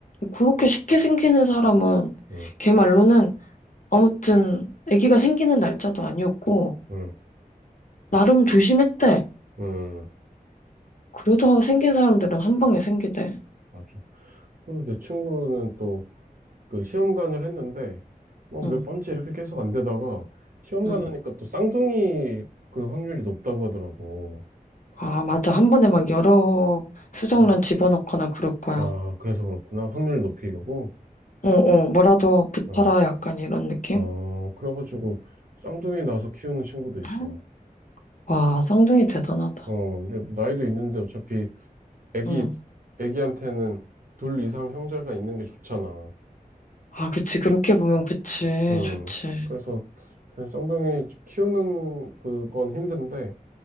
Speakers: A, on the left; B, on the right.
A: 그렇게 쉽게 생기는 사람은
B: 음,
A: 걔 말로는 아무튼 아기가 생기는 날짜도 아니었고
B: 음,
A: 나름 조심했대.
B: 음.
A: 그래도 생긴 사람들은 한 방에 생기대.
B: 맞아 그리고 내 친구는 또 그 시험관을 했는데 뭐몇
A: 응,
B: 번째 이렇게 계속 안 되다가 시험관
A: 응.
B: 하니까 또 쌍둥이 그 확률이 높다고 하더라고
A: 아, 맞아. 한 번에 막 여러 수정란
B: 아,
A: 집어넣거나 그럴 거야.
B: 아 그래서 그렇구나 확률 높이려고
A: 어, 어, 뭐라도 붙어라
B: 응.
A: 약간 이런 느낌?
B: 어 그래가지고 쌍둥이 나서 키우는 친구도 있어
A: 아, 와, 쌍둥이 대단하다.
B: 어 이제 나이도 있는데 어차피 애기,
A: 응.
B: 애기한테는 둘 이상 형제가 있는 게 좋잖아.
A: 아, 그치. 그렇게 보면 그치.
B: 음,
A: 좋지.
B: 그래서 그냥 쌍둥이 키우는 그건 힘든데,